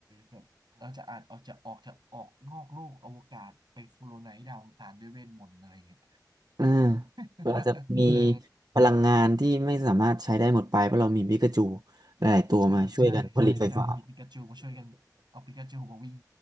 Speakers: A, on the right; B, on the right.
A: แบบเราจะอาจเอาจะออกจะออกนอกโลกอวกาศไปโคโลไนซ์ดาวอังคารด้วยเวทมนต์อะไรอย่างเงี้ย
B: อ่า
A: <laughs>
B: เรือาจจะมี
A: เออ
B: พลังงานที่ไม่สามารถใช้ได้หมดไปเพราะเรามีบิกาจูหลายๆตัวมาช่วยกันผลิตไฟฟ้า
A: ใช่ใช่ใช่ใช่มีปิกาจูมาช่วยกันเอาปิกาจูมาวิ่ง